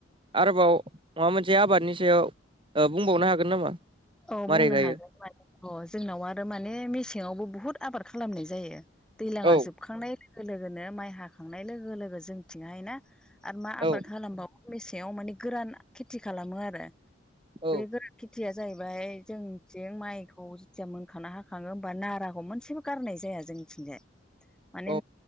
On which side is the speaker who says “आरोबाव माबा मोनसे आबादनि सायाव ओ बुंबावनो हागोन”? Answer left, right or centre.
Right